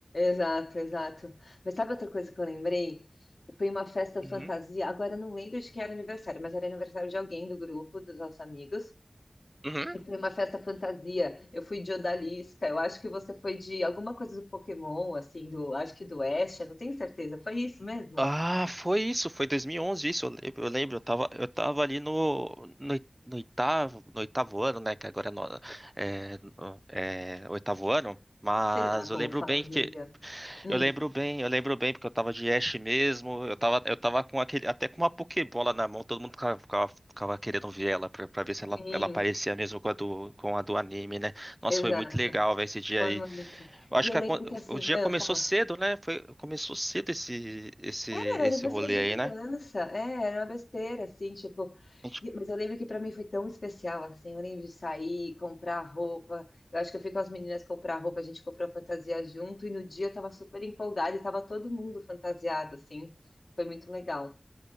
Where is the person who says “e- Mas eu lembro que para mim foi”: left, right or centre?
Left